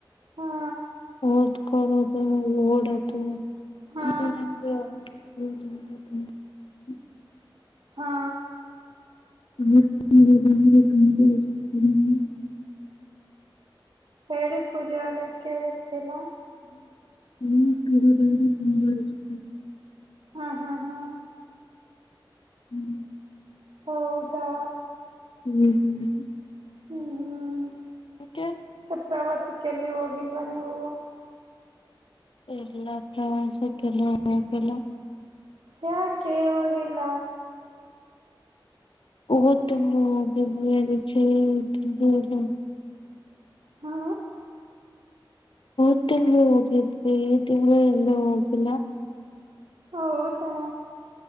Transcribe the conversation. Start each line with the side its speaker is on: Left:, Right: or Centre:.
Right: ಹಾ
Left: ಓದ್ಕೊಳ್ಳೋದು ಓಡೋದು.
Right: ಹ್ಞಾ.
Left: ಇದು ನನ್ಗೆ <unintelligible>
Right: ಹಾ
Left: <unintelligible>
Right: ಹೇಳಿ ಪೂಜಾ ಅವ್ರೆ ಕೆಳಸ್ತಿಲ್ಲ.
Left: ನಂಗ್ ತಿನ್ನೋದು ಅಂದ್ರೆ ತುಂಬಾ ಇಷ್ಟ.
Right: ಹಾ ಹಾ ಹಾ
Left: ಹ್ಮ್
Right: ಹೌದಾ
Left: ಹ್ಮ್ ಹ್ಮ್
Right: ಹ್ಮ್ ಹ್ಮ್
Left: ಯಾಕೆ
Right: ಪ್ರವಾಸಕ್ಕ ಎಲ್ಲಿ ಹೋಗಿಲ್ವಾ ನೀವು.
Left: ಇಲ್ಲಾ ಪ್ರವಾಸಕ್ಕ ಎಲ್ಲೂ ಹೋಗಿಲ್ಲ.
Right: ಯಾಕೆ ಹೋಗಿಲ್ಲ.
Left: ಹೊದ ತಿಂಗಳು ಹೋಗಿದ್ವಿ ಅದಿಕ್ಕೆ ಈ ತಿಂಗಳು ಹೋಗಿಲ್ಲ.
Right: ಹಾ
Left: ಹೊದ ತಿಂಗಳು ಹೋಗಿದ್ವಿ ಈ ತಿಂಗಳು ಎಲ್ಲೂ ಹೋಗಿಲ್ಲ.
Right: ಹೌದಾ